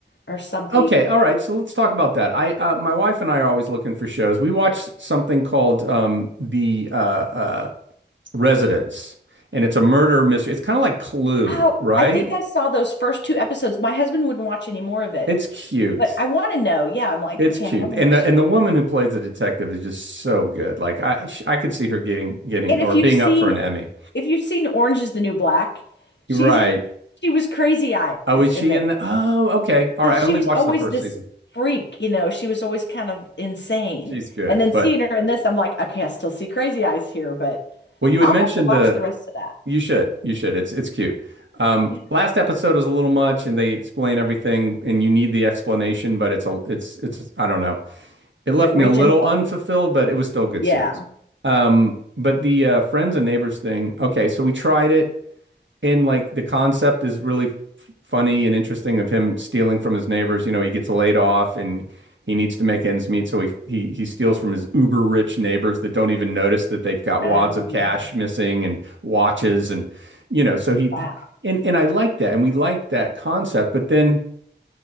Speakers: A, on the left; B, on the right.
A: or something.
B: Okay, all right. So let's talk about that. I uh, my wife and I are always looking for shows. We watch something called um, The uh, uh, Residence, and it's a murder mystery. It's kind of like Clue,
A: Oh,
B: right?
A: I think I saw those first two episodes. My husband wouldn't watch any more of it,
B: It's cute.
A: but I want to know. Yeah, I'm like,
B: It's
A: okay,
B: cute,
A: I want to
B: and
A: know. What
B: the
A: she's-
B: and the woman who plays the detective is just so good. Like I sh- I could see her getting getting
A: And if
B: or being
A: you've seen
B: up for an Emmy.
A: if you've seen Orange is the New Black, she's
B: You're right.
A: she was crazy eyes
B: Oh, is
A: in
B: she
A: there.
B: in the? Oh, okay. All
A: So
B: right.
A: She
B: I only
A: was
B: watched
A: always
B: the first
A: this
B: season.
A: freak, you know, she was always kind of insane.
B: She's good,
A: And then
B: but
A: seeing her in this, I'm like, okay, I still see crazy eyes here, but
B: well, you had
A: I'll
B: mentioned
A: have to watch
B: the
A: the rest of that.
B: You should. You should. It's it's cute. Um,
A: Yeah.
B: last episode is a little much, and they explain everything, and you need the explanation, but it's a it's it's I don't know. It left
A: Is it reaching?
B: me a little unfulfilled, but it was still a good
A: Yeah.
B: series. Um, but the uh, friends and neighbors thing. Okay, so we tried it and like the concept is really f- funny and interesting of him stealing from his neighbors. You know, he gets laid off and he needs to make ends meet, so he he he steals from his uber rich neighbors that don't even notice that they've got wads
A: Um,
B: of cash missing and watches and you know, so he,
A: Wow.
B: he and and I liked that and we liked that concept, but then